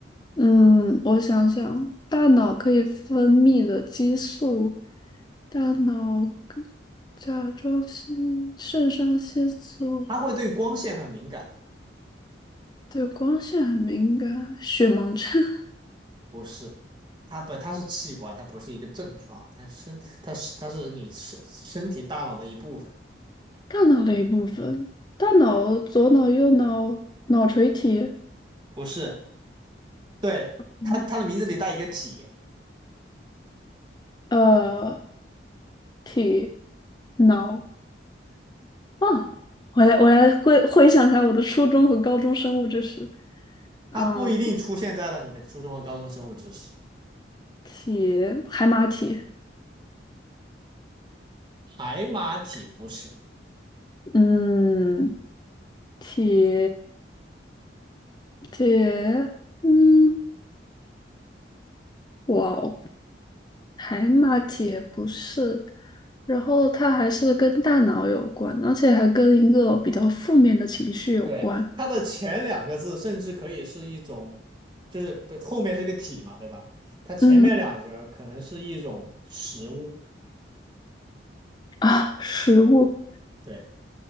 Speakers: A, on the left; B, on the right.
A: 嗯，我想想，大脑可以分泌的激素，大脑跟甲状腺、肾上腺素
B: 它会对光线很敏感，
A: 对光线很敏感，血盲症，
B: 不是？它不，它是器官，它不是一个症状，它是身，它是它是你身身体大脑的一部分，
A: <laughs> 大脑的一部分，大脑、左脑、右脑、脑垂体，
B: 不是？对，
A: 嗯
B: 它它的名字里带一个体，
A: 呃，体脑啊，我来我来回回想一下我的初中和高中生物知识，啊、
B: 它不一定出现在了你的初中和高中生物知识。
A: 体海马体。
B: 海马体不是，
A: 嗯，体铁，嗯，哇哦，海马铁不是，然后它还是跟大脑有关，而且还跟一个比较负面的情绪有关。
B: 对，它的前两个字甚至可以是一种，就是不后面是个体嘛，对吧？它前面两个可能是一种食物，
A: 嗯啊，食物，
B: 对，